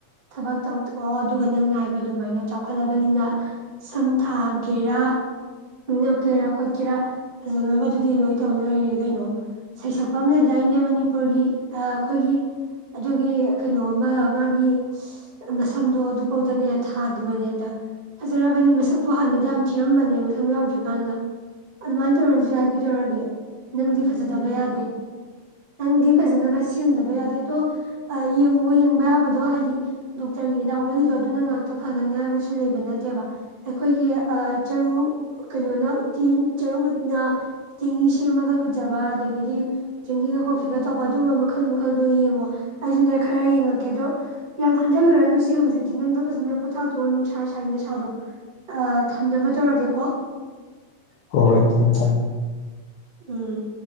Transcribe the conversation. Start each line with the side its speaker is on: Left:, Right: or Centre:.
Right: ꯊꯕꯛ ꯇꯧꯊꯣꯛꯑꯣ ꯑꯗꯨꯒ ꯅꯪꯅ ꯍꯥꯏꯕ ꯑꯗꯨꯃꯥꯏꯅ ꯆꯥꯎꯈꯠꯂꯕꯅꯤꯅ ꯁꯝ ꯊꯥꯒꯦꯔꯥ ꯅꯧꯀꯦꯔꯥ ꯈꯣꯠꯀꯦꯔꯥ ꯐꯖꯅꯕꯗꯨꯗꯤ ꯂꯣꯏ ꯇꯧ ꯂꯣꯏꯔꯦ ꯀꯩꯅꯣ ꯁꯩꯁꯛꯄ ꯑꯃ ꯂꯩꯗꯥꯏꯅꯦ ꯃꯅꯤꯨꯔ ꯃꯅꯤꯄꯨꯔꯒꯤ ꯑꯩꯈꯣꯏꯒꯤ ꯑꯗꯨꯒꯤ ꯀꯩꯅꯣꯃ ꯃꯥꯒꯤ ꯅ ꯁꯝꯗꯣ ꯑꯗꯨꯐꯧꯗꯅꯦ ꯊꯥꯒꯤꯕꯅꯦ ꯍꯟꯗꯛ ꯐꯖꯔꯕꯅꯤ ꯃꯁꯛꯇꯨ ꯍꯥꯟꯅꯗ ꯌꯥꯝ ꯊꯤꯔꯝꯕꯅꯦꯕ ꯃꯁꯝ ꯌꯥꯎꯗ꯭ꯔꯤꯀꯥꯟꯗ ꯑꯗꯨꯃꯥꯏꯅ ꯇꯧꯔꯁꯨ ꯌꯥꯏ ꯀꯩꯗꯧꯔꯒꯦ ꯅꯪꯗꯤ ꯐꯖꯗꯕ ꯌꯥꯗꯦ ꯅꯪꯗꯤ ꯐꯖꯅꯕ ꯁꯦꯝꯗꯕ ꯌꯥꯗꯦ ꯑꯗꯣ ꯌꯦꯡꯉꯣ ꯌꯦꯡꯕ ꯌꯥꯕꯗꯣ ꯍꯥꯏꯗꯤ ꯗꯣꯛꯇꯔꯒꯤ ꯍꯤꯗꯥꯛ ꯒꯨꯂꯤꯗꯣ ꯑꯗꯨꯅ ꯉꯥꯛꯇ ꯐꯒꯅꯤ ꯍꯥꯏꯕꯁꯨ ꯂꯩꯕ ꯅꯠꯇꯦꯕ ꯑꯩꯈꯣꯏꯒꯤ ꯆꯔꯨ ꯀꯩꯅꯣꯅ ꯎꯠꯇꯤ ꯆꯔꯨ ꯎꯠꯅ ꯆꯦꯡꯍꯤ ꯁꯦꯝꯃꯒ ꯂꯨꯖꯕ ꯑꯗꯒꯤꯗꯤ ꯆꯦꯡꯍꯤꯒ ꯀꯣꯐꯤꯒ ꯇꯧꯕ ꯑꯗꯨꯝꯕ ꯃꯈꯜ ꯃꯈꯜꯗꯣ ꯌꯦꯡꯉꯣ ꯑꯩꯁꯨꯅꯦ ꯈꯔ ꯌꯦꯡꯉꯛꯀꯦ ꯑꯗꯣ ꯌꯥꯝ ꯈꯟꯖꯜꯂꯨꯔꯅꯨꯨꯁꯤꯜꯦ ꯍꯧꯖꯤꯛꯇꯤ ꯅꯪꯗꯣ ꯐꯖꯅ ꯄꯣꯊꯥꯊꯣꯛꯑꯣ ꯅꯨꯡꯁꯥ ꯁꯥꯏ ꯅꯁꯥꯗꯣ ꯊꯝꯖꯅꯕ ꯇꯧꯔꯒꯦꯀꯣ
Left: ꯍꯣꯏ ꯍꯣꯏ ꯊꯝꯃꯦ ꯊꯝꯃꯦ
Right: ꯎꯝ